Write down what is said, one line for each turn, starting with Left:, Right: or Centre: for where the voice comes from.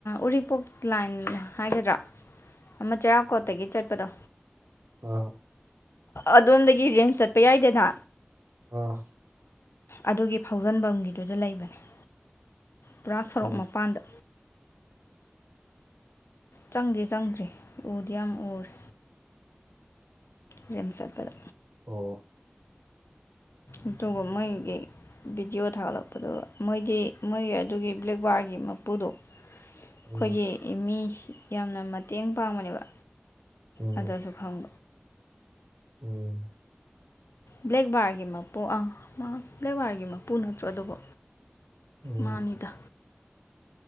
Left: ꯎꯔꯤꯄꯣꯛ ꯂꯥꯏꯟ ꯍꯥꯏꯒꯗ꯭ꯔꯥ
Right: <inaudible>
Left: ꯑꯃ ꯆꯔꯥꯛꯀꯣꯠꯇꯒꯤ ꯆꯠꯄꯗꯣ
Right: ꯑ꯫
Left: ꯑꯗꯣꯝꯗꯒꯤ ꯔꯤꯃꯁ ꯆꯠꯄ ꯌꯥꯏꯗꯅ꯫
Right: ꯑꯥ꯫
Left: ꯑꯗꯨꯒꯤ ꯐꯥꯎꯖꯟꯐꯝꯒꯤꯗꯨꯗ ꯂꯩꯕꯅꯦ ꯫ ꯄꯨꯔꯥ ꯁꯣꯔꯣꯛ
Right: ꯎꯝ
Left: ꯃꯄꯥꯟꯗ꯫ ꯆꯪꯗꯤ ꯆꯪꯗ꯭ꯔꯤ ꯎꯗꯤ ꯌꯥꯝ ꯎꯔꯦ꯫ ꯔꯤꯝꯁ ꯆꯠꯄꯗ꯫
Right: ꯑꯣ꯫
Left: ꯑꯗꯨꯒ ꯃꯩꯒꯤ꯫ ꯚꯤꯗꯤꯑꯣ ꯊꯥꯒꯠꯂꯛꯄꯗꯨ ꯃꯣꯏꯗꯤ ꯃꯣꯏꯒꯤ ꯑꯗꯨꯒꯤ ꯕ꯭ꯂꯦꯛꯕꯥꯔꯒꯤ ꯃꯄꯨꯗꯣ꯫ ꯑꯩꯈꯣꯏꯒꯤ
Right: ꯎꯝ
Left: ꯃꯤ ꯌꯥꯝꯅ ꯃꯇꯦꯡ ꯄꯥꯡꯕꯅꯦꯕ
Right: ꯎꯝ
Left: ꯑꯗꯨꯗ <unintelligible> ꯐꯪ
Right: ꯎꯝ
Left: ꯕ꯭ꯂꯦꯛ ꯕꯥꯔꯒꯤ ꯃꯄꯨ ꯑꯥ ꯕ꯭ꯂꯦꯛ ꯕꯥꯔꯒꯤ ꯃꯄꯨ ꯅꯠꯇ꯭ꯔꯣ ꯑꯗꯨꯕꯨ
Right: ꯎꯝ
Left: ꯃꯥꯟꯅꯤꯗ